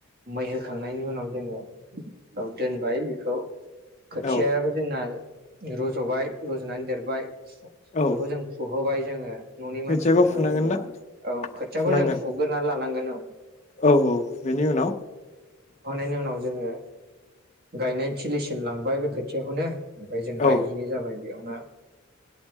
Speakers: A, on the right (about 45°); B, on the left (about 30°).
A: मै बेनि उनाव जोङो औ दोनबाय बेखौ खोथियाबो
B: औ
A: जोंना रज'बाय रज'नानै देरबाय
B: औ
A: बेखौ जों फुहोबाय जोङो न'नि
B: खोथियाखौ
A: मानसिखौहाय
B: फुनांगोन
A: जेनेबा
B: ना
A: औ खोथियाखौ
B: फुनांगोन
A: जों फुग्रोनना लानांगोन <unintelligible>
B: औ औ। बेनि उनाव।
A: हनायनि उनाव जोङो। गायनाय थिलिसिम लांबाय बे खोथियाखौ नो। ओमफाय जों
B: औ
A: गायहैनाय जाबाय बेयाव ना <inaudible>